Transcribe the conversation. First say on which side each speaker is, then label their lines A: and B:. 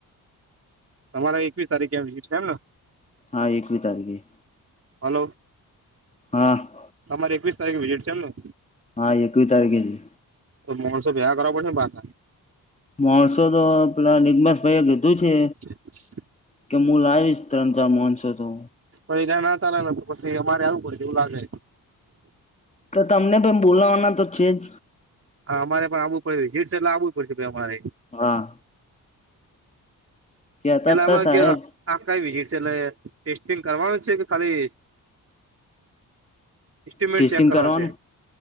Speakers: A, on the right; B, on the left.
A: તમારે એકવી તારીખે આવી તી કેમ
B: હા, એકવી તારીખે.
A: હલો.
B: હા.
A: તમારે એકવીસ તારીખે વિઝિટ છે એમને.
B: હા, એકવીસ તારીખે જ.
A: મોમોસે બિહા કરવા પડશે ભા.
B: માણસો તો પેલા નિરમશ ભાઈ લીધું છે.
A: હ.
B: કે હું લાવીશ તણજા મોનસે તો.
A: પણ એ ન્યાય ચાલેને, તો પછી અમારે આવું પડે એવું લાગે.
B: તો તમને પણ બોલાવાના તો છે જ.
A: હા, અમારે પણ આવવું પડશે. કેસે તો આવવું પડશે ભાઈ, અમારે.
B: હા. કેતા
A: એલામાં
B: તા સાહેબ
A: ગયા. આ કંઈ વિઝિટ છે એટલે ટેસ્ટિંગ કરવાનું છે કે ખાલી? એસ્ટિમેટ
B: ટેસ્ટિંગ
A: ચેક કરવા
B: કરવાનું
A: છે.